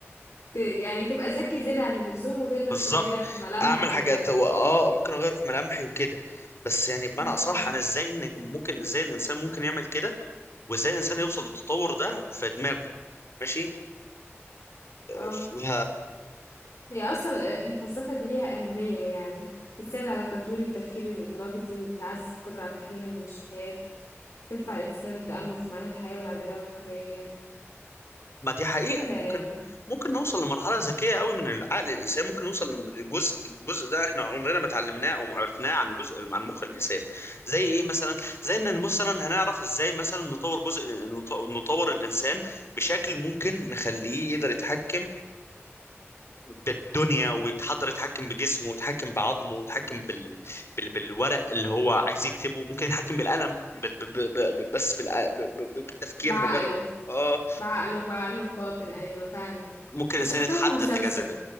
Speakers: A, on the left (about 85°); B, on the left (about 60°).
A: ت... يعني تبقى ذكي زيادة عن اللزوم وتقدر
B: بالظبط
A: تغير في ملامحك
B: اعمل حاجات
A: وكده
B: هو اه ممكن اغير في ملامحي وكده بس يعني بمعنى
A: امم
B: اصح انا ازاي إن ممكن ازاي الانسان ممكن يعمل كده وازاي الانسان يوصل للتطور ده في دماغه ماشي
A: اه
B: ف
A: هي اصلا ال- الفلسفة دي ليها أهمية يعني بتساعد على تطوير التفكير النقدي وبتعزز القدرة على تحليل المشكلات تدفع الإنسان للتأمل في معاني الحياة والعدالة والحرية
B: ما دي حقيقة
A: كده
B: ممكن
A: يعني
B: ممكن نوصل لمرحلة ذكية قوي من العقل الإنسان ممكن نوصل للجزء الجزء ده احنا عمرنا ما اتعلمناه أو ما عرفناه عن جزء عن مخ الإنسان زي إيه مثلا زي إن مثلا هنعرف إزاي مثلا نطور جزء نط- نطور الإنسان بشكل ممكن نخليه يقدر يتحكم بالدنيا ويتحضر يتحكم بجسمه ويتحكم بعظمه ويتحكم بال... بال... بالورق اللي هو عايز يكتبه ممكن يتحكم بالقلم بال... ب... ب... ب... بس بالع- ب... ب... بالتفكير
A: بعقله
B: مجرد اه
A: بعقله بعقله بباطن أيوة فعلا
B: ممكن
A: دي
B: الانسان
A: شفتها
B: يتحدى
A: في مسلسل
B: الجاذبيه